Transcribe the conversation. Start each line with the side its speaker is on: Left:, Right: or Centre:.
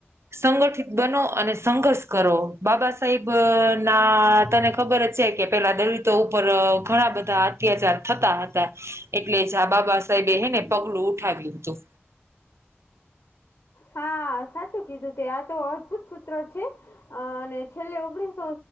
Right: સંગઠિત બનો અને સંઘર્ષ કરો, બાબા સાહેબ ના તને ખબર છે કે પેલા દલિતો ઉપર ઘણા બધા અત્યાચાર થતા હતા. એટલે જા બાબા સાહેબે હને પગલું ઉઠાવ્યું હતું.
Left: હા સાચું કીધું તે આ તો અદભુત સૂત્ર છે. અ અને છેલ્લે ઓગણીસો